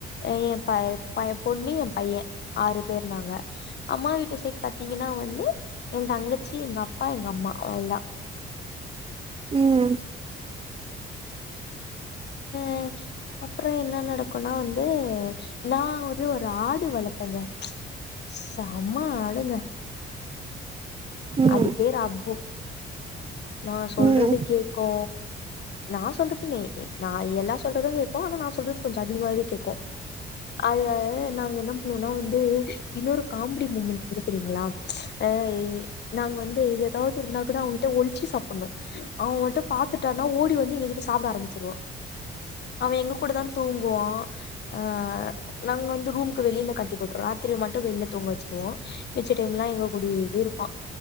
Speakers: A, on the left; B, on the right.
A: ஏ ப ப பொண்ணு ஏ பையன் ஆறு பேர் நாங்க க அம்மா வீட்டு சைட் பாத்தீங்கன்னா வந்து என் தங்கச்சி எங்க அப்பா எங்க அம்மா அவ்ளதா
B: ம்
A: ம் அப்றோ என்ன நடக்குனா வந்து நா ஒரு ஒரு ஆடு வளத்தங்க செம்ம ஆடுங்க
B: ம்
A: அது பேரு அப்பு நா சொல்றது
B: ம்
A: கேக்கு நா சொல்றதுன்னே ஏ நா எல்லா சொல்றது கேக்கு ஆனா நா சொல்றது கொஞ்சோ அதிகமாவே கேக்கு அது அ நாங்க என்ன பண்ணுவோனா வந்து இன்னொரு காமெடி மூமெண்ட் என்ன தெரியுங்ளா டை நாங்க வந்து எதாவது இருந்தா கூட அவங்கிட்ட ஒளிச்சி சாப்புண்ணு அவன் மட்டு பாத்துட்டானா ஓடி வந்து எங்கிட்ட சாப்ட ஆரம்பிச்சிருவா அவே எங்க கூட தா தூங்குவா ஆ நாங்க வந்து ரூம்க்கு வெளில கட்டி போட்ருவே ராத்திரி மட்டூ வெளில தூங்க வச்சுடுவோ மிச்ச டைம்லா எங்க கூடயேவே இருப்பா